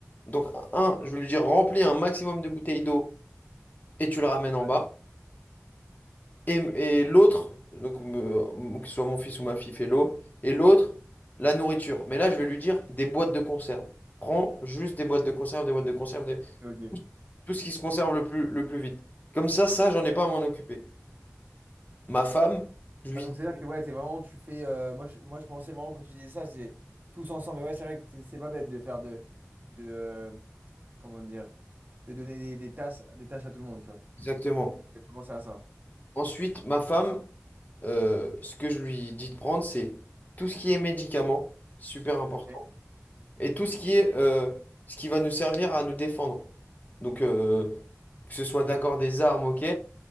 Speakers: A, on the left (about 30°); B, on the right (about 35°).
A: Donc, un, je vais lui dire, remplis un maximum de bouteilles d'eau et tu le ramènes en
B: Ouais,
A: bas. Et, et l'autre, donc me- euh, que ce soit mon fils ou ma fille fait l'eau, et l'autre, la nourriture. Mais là, je vais lui dire des boîtes de conserve. Prends juste des boîtes de conserve, des boîtes de conserve, des-
B: ok.
A: tout ce qui se conserve le plus, le plus vite. Comme ça, ça, j'en ai pas à m'en occuper. Ma femme, je lui...
B: Ah, donc c'est-à-dire que ouais, t'es vraiment, tu fais. euh, moi, je, moi, je pensais vraiment quand tu disais ça, c'est tous ensemble. Mais ouais, c'est vrai que c'est c'est pas bête de faire de, de euh, comment dire, de donner des, des tâches, des tâches à tout le monde, tu vois.
A: Exactement.
B: J'ai pas pensé à ça.
A: Ensuite, ma femme, euh, ce que je lui dis de prendre, c'est tout ce qui est médicaments, super important,
B: Ok.
A: et tout ce qui est euh, ce qui va nous servir à nous défendre. Donc, euh, que ce soit d'accord des armes, ok,